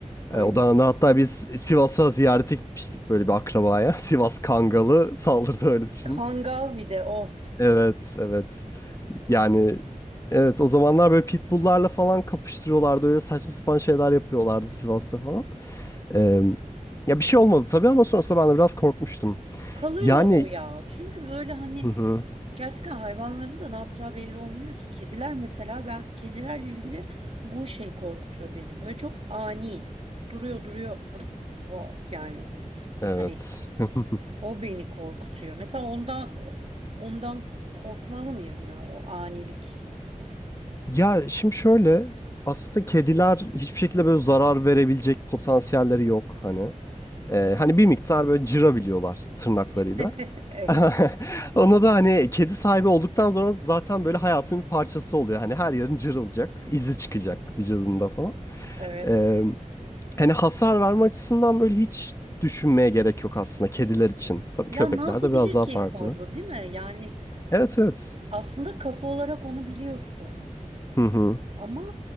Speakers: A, on the right; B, on the left.
A: Ay.
B: E, o da hatta biz Sivas'a ziyarete gitmiştik böyle bir akrabaya. <laughs> Sivas Kangalı saldırdı öyle düşün.
A: Kangavi'de of.
B: Evet, evet. Yani evet o zamanlar böyle pitbulllarla falan kapıştırıyorlardı. Öyle saçma sapan şeyler yapıyorlardı Sivas'ta falan. E, ya bir şey olmadı tabii ama sonrasında ben de biraz korkmuştum.
A: Kalıyor
B: Yani
A: o ya. Çünkü böyle hani
B: Hı hı.
A: gerçekten hayvanların da ne yapacağı belli olmuyor ki. Kediler mesela ben kedilerle ilgili bu şey korkutuyor beni. Böyle çok ani duruyor duruyor vırt, wow, yani
B: Evet.
A: hani
B: <laughs>
A: o beni korkutuyor. Mesela ondan ondan korkmalı mıyım ya o anilik.
B: Ya şimdi şöyle aslında kediler hiçbir şekilde böyle zarar verebilecek potansiyelleri yok hani. Ee, hani bir miktar böyle cırabiliyorlar tırnaklarıyla.
A: <laughs> Evet,
B: <laughs> Ona da hani kedi sahibi olduktan sonra zaten böyle hayatın bir parçası oluyor. Hani her yerin cırılacak, izi çıkacak vücudunda falan.
A: evet.
B: Ee, hani hasar verme açısından böyle hiç düşünmeye gerek yok aslında kediler için. Tabii
A: Ya
B: köpekler
A: ne yapabilir
B: de biraz daha
A: ki
B: farklı.
A: en fazla değil mi? Yani
B: Evet evet.
A: aslında kafa olarak onu biliyorsun.
B: Hı hı.
A: Ama